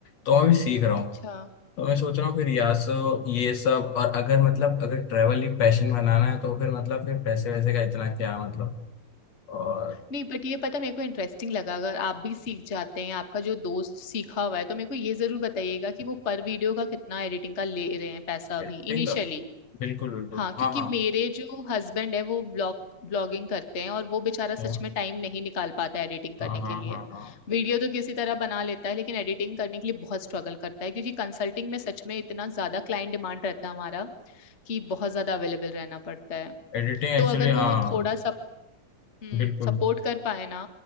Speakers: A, on the left; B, on the left.
A: तो मैं भी सीख रहा
B: अच्छा
A: हूँ तो मैं सोच रहा हूँ फिर यहाँ से ये सब और अगर मतलब अगर ट्रैवल ही पैशन बनाना है तो फिर मतलब फिर पैसे वैसे का इतना क्या मतलब और
B: नहीं बट ये पता मेरे को इंटरेस्टिंग लगा अगर आप भी सीख जाते हैं आपका जो दोस्त सीखा हुआ है तो मेरे को ये जरूर बताइएगा कि वो पर वीडियो का कितना एडिटिंग का ले रहे हैं पैसा अभी
A: एडिटिंग
B: इनिशियली
A: का बिल्कुल बिल्कुल
B: हाँ
A: हाँ
B: क्योंकि
A: हाँ
B: मेरे जो हस्बैंड है वो ब्लॉग ब्लॉगिंग करते हैं और वो बेचारा सच
A: ओके
B: में टाइम नहीं निकाल पाता है एडिटिंग करने
A: हाँ हाँ
B: के लिए
A: हाँ हाँ
B: वीडियो तो किसी तरह बना लेता है लेकिन एडिटिंग करने के लिए बहुत स्ट्रगल करता है क्योंकि कंसल्टिंग में सच में इतना ज्यादा क्लाइंट डिमांड रहता है हमारा कि बहुत ज्यादा अवेलेबल रहना पड़ता है
A: एडिटिंग एक्चुअली
B: तो अगर
A: हाँ
B: वो थोड़ा सा हम्म
A: बिल्कुल
B: सपोर्ट कर पाए ना